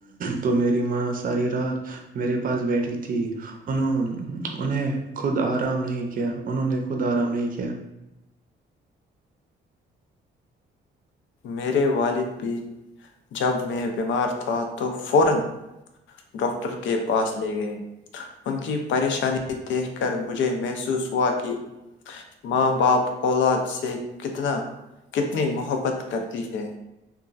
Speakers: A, on the right (about 45°); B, on the left (about 70°).
A: تو میری ماں ساری رات میرے پاس بیٹھی تھی انوں انہیں خود آرام نہیں کیا انہوں نے خود آرام نہیں کیا
B: میرے والد بھی جب میں بیمار تھا تو فورا ڈاکٹر کے پاس لے گئے ان کی پریشانی دیکھ کر مجھے محسوس ہوا کہ ماں باپ اولاد سے کتنا کتنی محبت کرتی ہے